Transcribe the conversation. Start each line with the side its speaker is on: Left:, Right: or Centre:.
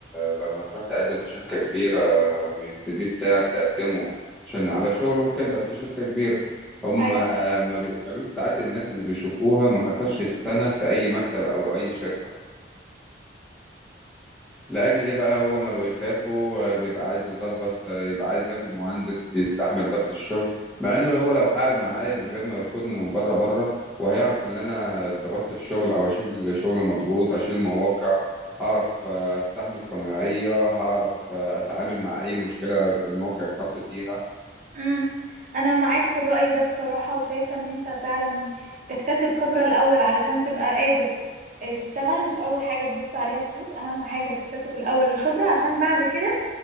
Centre: لما تروح تقدم في شركه كبيره والسي في بتاعك تقدمه عشان على شغل وكده في شركه كبيره هم
Right: ايوه
Centre: ما بيقبلوش ساعات الناس اللي بيشوفوها ما كسرش السنه في اي مكتب او اي شركه لأجل إيه بقى هو ما بيخافوا آه، بيبقى عايز يظبط آه، يبقى عايز ياخد مهندس بيستحمل ضغط الشغل مع إنه هو لو قعد معايا من غير ما يرفضني من بره بره وهيعرف إن أنا اتضغطت في الشغل أو أشيل شغل مضغوط أشيل مواقع هعرف آه، أستحمل صنايعية هعرف آه، أتعامل مع أي مشكلة الموقع اتحط فيها
Right: مم. انا معاك في الرأي ده بصراحة وشايفة ان انت فعلا تكتسب خبرة الاول علشان تبقى قادر آه، تشتغل مش اول حاجة تبص عليها الفلوس اهم حاجة تكتسب الاول الخبرة عشان بعد كده